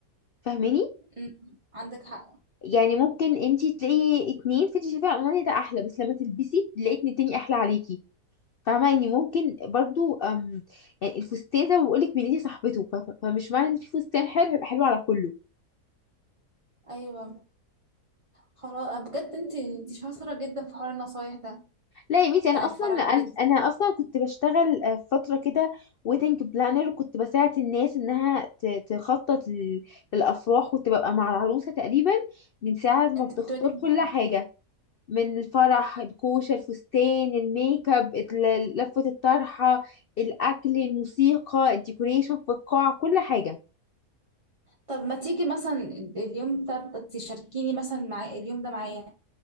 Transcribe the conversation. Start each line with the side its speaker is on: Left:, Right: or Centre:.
Left: فاهماني
Right: أمم، عندك حق
Left: يعني ممكن انتي تلاقي اتنين فانتي شايفاه اونلاين ده احلى بس لما تلبسي تلاقي اتنين تاني احلى عليكي فاهمة يعني ممكن برضو أم يعني الفستان زي ما بقولك بنتي صاحبته ف- ف- فمش معنى ان في فستان حلو يبقى حلو على كله
Right: ايوه خلاص بجد انت انت شاطره جدا في حوار النصايح ده
Left: لا يا بنتي
Right: بتاع
Left: انا
Right: الفرح
Left: اصلا انا
Right: وكده
Left: أنا اصلا كنت بشتغل آه، فترة كده ويدنج بلانر وكنت بساعد الناس انها ت- تخطط لل- للافراح كنت ببقى مع العروسة تقريبا من ساعة ما
Right: انت
Left: بتختار
Right: كنت بادئ بيه.
Left: كل حاجة من الفرح الكوشة الفستان الميك اب ال- لفة الطرحة الأكل الموسيقى الديكوريشن في القاعة كل حاجة
Right: طب ما تيجي مثلا اليوم ده تشاركيني مثلا مع اليوم ده معايا